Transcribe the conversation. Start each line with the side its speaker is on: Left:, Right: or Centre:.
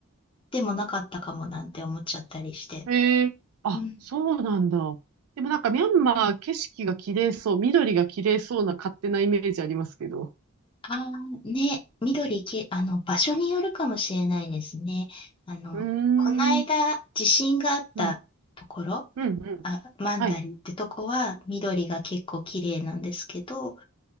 Left: でもなかったかもなんて思っちゃったりして。
Right: ん。ええあ、
Left: うん
Right: そうなんだ。でもなんかミャンマー景色が綺麗そう、緑が綺麗そうな勝手なイメージありますけど。
Left: あーね、緑け、あの、場所によるかもしれないですね。あの、
Right: うーん、
Left: この間、
Right: うん、
Left: 地震があったところ、
Right: うん、うん。
Left: あ、マンダリってとこは緑が結構綺麗なんですけど、
Right: はい、
Left: も